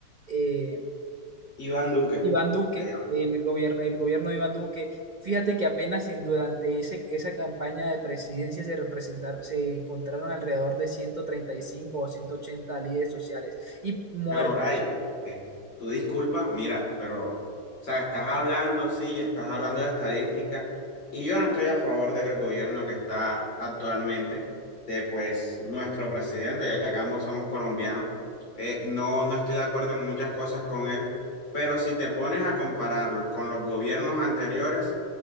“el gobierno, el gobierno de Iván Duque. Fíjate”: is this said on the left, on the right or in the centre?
Right